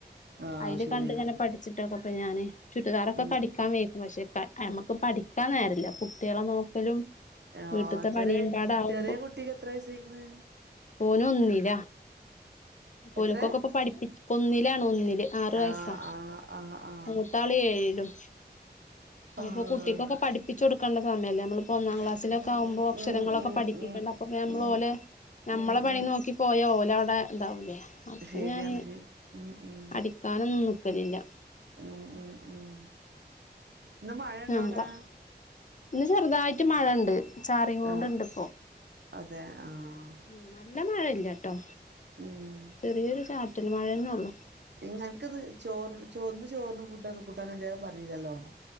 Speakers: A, on the right (about 85°); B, on the left (about 45°).
A: ആഹ്
B: അതില്
A: ശരിയാണ്
B: കണ്ട് ഇങ്ങനെ
A: ശരി
B: പഠിച്ചിട്ടാപോ ഞാന് ചുരിദാറൊക്കെ
A: ഉം
B: അടിക്കാൻ വയ്ക്കും പക്ഷെ നമക്ക് പഠിക്കാ നേരമില്ല കുട്ടികളെ നോക്കലും.
A: ആഹ്
B: വീട്ടത്തെ
A: ചെറിയ
B: പണിയുമ്പാടാവുമ്പോ
A: ചെറിയ കുട്ടിക്ക് എത്ര വയസായിക്ണ്.
B: ഓൻ ഒന്നില ഓൽക്കൊക്കെപ്പോ
A: എത്രേ
B: ഇപ്പൊ പഠിപ്പി ഒന്നിലാണ് ഒന്നില് ആറു വയസ്സാ
A: ആഹ് ആഹ് ആഹ് ആഹ്
B: മൂത്താള് ഏഴിലും. അപ്പോയിപ്പോ
A: ആഹ്
B: കുട്ടിക്കൊക്കെ പഠിപ്പിച്ച കൊടുക്കേണ്ട സമയല്ലേ നമ്മൾ. ഒന്നാം ക്ലാസിലൊക്കെകുമ്പോ
A: ഉം ഉം ഉം
B: അക്ഷരങ്ങളൊക്കെ
A: ഉം ഉം
B: പഠപ്പിക്കേണ്ട അപ്പൊ നമ്മൾ
A: ഉം ഉം
B: ഓലെ. നമ്മളെ
A: ഉം
B: പണി
A: ഉം
B: നോക്കി പോയ ഓലവിടെ ഇതാവൂലേ. അപ്പൊ
A: ശരിയാണ്
B: ഞാൻ
A: ശരി ഉം ഉം
B: അടിക്കാനൊന്നും നിക്കലില്ല.
A: മം ഉം ഉം ഇന്ന് മഴ ഇണ്ടോ
B: നമ്മള
A: അവിടെ.
B: ഇന്ന് ചെറുതായിട്ട് മഴ ഇണ്ട്. ചാറി കൊണ്ട്
A: ആഹ്
B: ഇണ്ട്പ്പോ.
A: അതെ ആഹ്
B: ഉ നല്ല മഴയില്ലട്ടോ.
A: ഉം
B: ചെറിയൊരു ചാറ്റൽ മഴെന്നെള്ളു
A: നിനക്കിത് ചോർ ചോർന്ന് <unintelligible> പറയില്ലല്ലോ